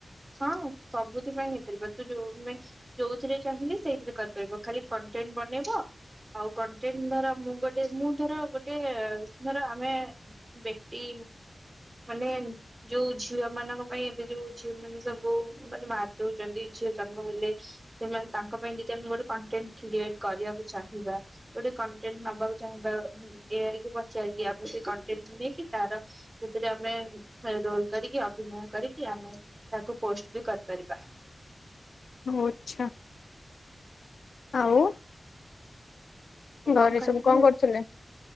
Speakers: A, on the right; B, on the left.
A: ହଁ ସବୁଥିପାଇ ହେଇପାରିବ ତୁ ଯୋଉ ଯୋଉଥିରେ ଚାହିଁଲି ସେଇଥିରେ କରିପାରିବ ଖାଲି କଣ୍ଟେଣ୍ଟ ବନେଇବ ଆଉ କଣ୍ଟେଣ୍ଟ ଧର ମୁଁ ଗୋଟେ ମୁଁ ଧର ଗୋଟେ ଧର ଆମେ ବ୍ୟକ୍ତି ମାନେ ଯୋଉ ଝିଅ ମାନଙ୍କ ପାଇଁ ଏବେ ଯୋଉ ଉମାନୋନ ସବୁ ମାନେ ମାରିଦଉଛନ୍ତି ଝିଅ ଜନ୍ମ ହେଲେ ସେମାନେ ତାଙ୍କ ପାଇଁ ଯଦି ଆମେ ଗୋଟେ କଣ୍ଟେଣ୍ଟ କ୍ରିଏଟ କରିବାକୁ ଚାହିଁବା ଗୋଟେ କଣ୍ଟେଣ୍ଟ ନବାକୁ ଚାହିଁବା ଏଆକି ପଚାରକି ଆମେ ସେ କଣ୍ଟେଣ୍ଟ ନେଇକି ତାର ସେଥିରେ ଆମେ ରୋଲ କରିକି ଅଭିନୟ କରିକି ଆମେ ତାକୁ ପୋଷ୍ଟ ବି କରିପାରିବା।
B: ଓ ଆଛା। ହଉ।
A: ଆଉ
B: ଘରେ
A: ଖାଇଥିଲୁ
B: ସବୁ କଣ କରୁଥିଲେ?